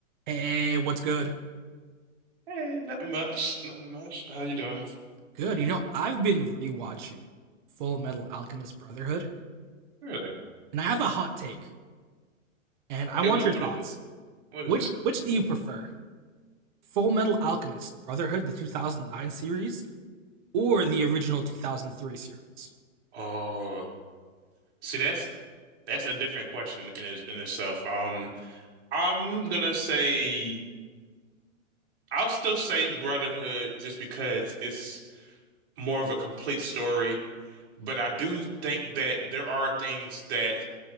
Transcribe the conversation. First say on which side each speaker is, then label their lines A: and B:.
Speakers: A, on the right; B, on the right.
A: Hey, what's good?
B: Hey, nothing much. Nothing much. How you doing?
A: Good. You know, I've been rewatching Full Metal Alchemist Brotherhood,
B: Really?
A: and I have a hot take, and
B: Okay,
A: I want
B: what
A: your
B: what
A: thoughts.
B: is it? What
A: Which
B: is it?
A: which do you prefer? Full Metal Alchemist Brotherhood, the 2009 series, or the original 2003 series?
B: Oh, see, that's that's a different question in is- in itself. Um, I'm gonna say I'll still say Brotherhood just because it's more of a complete story, but I do think that there are things that